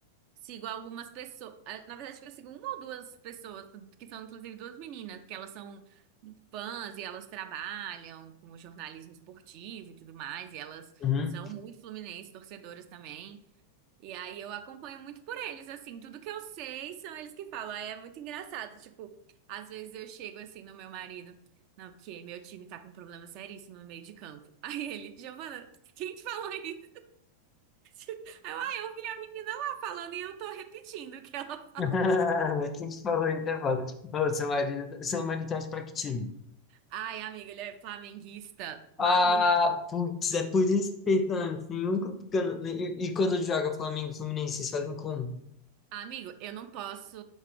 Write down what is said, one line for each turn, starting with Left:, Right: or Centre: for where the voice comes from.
Right: Sigo algumas pessoas. Na verdade, acho que eu sigo uma ou duas pessoas, que são inclusive duas meninas, que elas são fãs e elas trabalham com jornalismo esportivo e tudo mais. E elas
Left: Uhum.
Right: são muito fluminenses, torcedoras também. E aí eu acompanho muito por eles, assim, tudo que eu sei são eles que falam. Aí é muito engraçado, tipo, às vezes eu chego assim no meu marido, não, porque meu time tá com um problema seríssimo no meio de campo. <laughs> Aí ele, Giovana, quem te falou isso? <laughs> Aí eu, ah, eu vi a menina lá falando e eu tô repetindo o que ela <laughs> falou.
Left: <laughs> Quem te falou isso é foda. Ô, seu marido, seu marido torce pra que time?
Right: Ai, amigo, ele é flamenguista maluco.
Left: Ah, putz, é por isso que vocês são assim, nunca ficando- E, e quando joga Flamengo e Fluminense, vocês fazem como?
Right: Amigo, eu não posso,